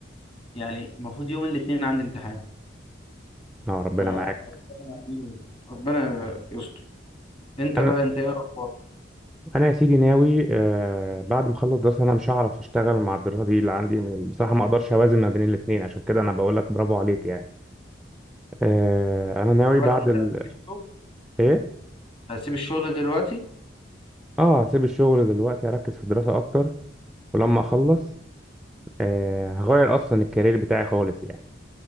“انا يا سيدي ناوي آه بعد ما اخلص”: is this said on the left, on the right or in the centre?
Centre